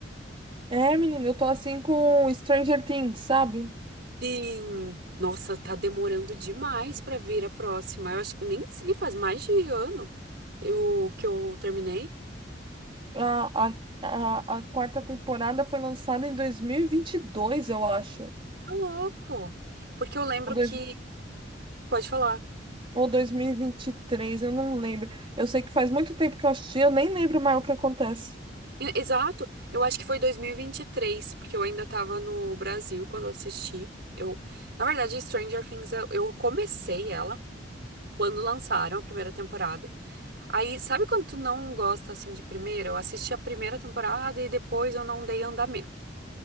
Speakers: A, on the right; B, on the right.
A: É, menina, eu tô assim com Stranger Things, sabe?
B: Sim. Nossa, tá demorando demais pra vir a próxima. Eu acho que nem sei, faz mais de ano eu que eu terminei.
A: A, a, a, a quarta temporada foi lançada em dois mil e e vinte e dois eu acho.
B: Tá louco. Porque eu lembro
A: Ou, dois,
B: que. Pode falar.
A: ou dois mil e e vinte e três eu não lembro. Eu sei que faz muito tempo que eu assisti, eu nem lembro mais o que acontece.
B: E- Exato, eu acho que foi dois mil e e vinte e três porque eu ainda tava no Brasil quando eu assisti. Eu, na verdade, Stranger Things, eu eu comecei ela quando lançaram a primeira temporada. Aí, sabe quando tu não gosta assim de primeira? Eu assisti a primeira temporada e depois eu não dei andamento.